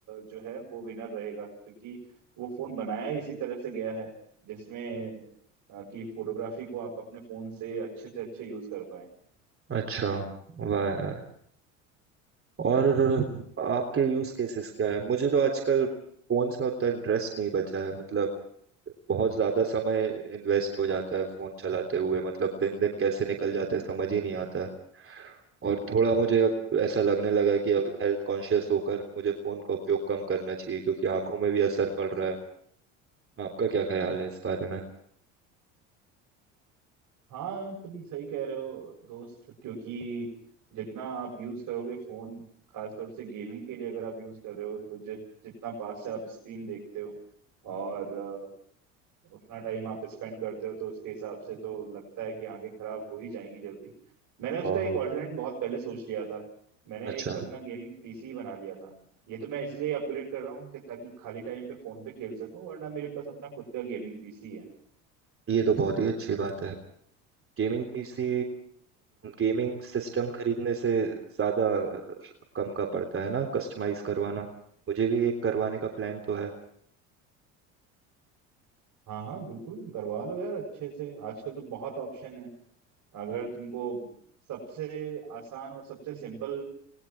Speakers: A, on the right; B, on the right.
A: जो है वो विनर रहेगा क्योंकि वो फोन बनाया ही इसी तरह से गया है जिसमें अ, कि फोटोग्राफी को आप अपने फोन से अच्छे से अच्छे यूज कर पाए
B: अच्छा वाह यार और आपके यूज़ केसेस क्या है मुझे तो आजकल फोन्स में उतना इंटरेस्ट नहीं बचा है मतलब बहुत ज्यादा समय इन्वेस्ट हो जाता है फोन चलाते हुए मतलब दिन दिन कैसे निकल जाता है समझ ही नहीं आता है और थोड़ा मुझे अब ऐसा लगने लगा है कि अब हेल्थ कॉन्शियस होकर मुझे फोन का उपयोग कम करना चाहिए क्योंकि आंखों में भी असर पड़ रहा है आपका क्या ख्याल है इस बारे में
A: हाँ तुम सही कह रहे हो दोस्त क्योंकि जितना आप यूज करोगे फोन खासतौर से गेमिंग के लिए अगर आप यूज कर रहे हो तो जि, जितना पास से आप स्क्रीन देखते हो और अ, उतना टाइम आप स्पेंड करते हो तो उसके हिसाब से तो लगता है कि आंखें खराब हो ही जाएंगी जल्दी मैंने उसका
B: और
A: एक ऑल्टरनेट बहुत पहले सोच लिया था मैंने
B: अच्छा
A: एक अपना गेमिंग पीसी बना लिया था ये तो मैं इसलिए अपग्रेड कर रहा हूँ कि ताकि खाली टाइम पे फोन पे खेल सकूं वरना मेरे पास अपना खुद का गेमिंग पीसी है
B: ये तो बहुत ही अच्छी बात है गेमिंग पीसी गेमिंग सिस्टम खरीदने से ज्यादा अ, कम का पड़ता है ना कस्टमाइज करवाना मुझे भी एक करवाने का प्लान तो है
A: हाँ हाँ बिल्कुल करवा लो यार अच्छे से आजकल तो बहुत ऑप्शन है अगर तुमको सबसे आसान और सबसे सिंपल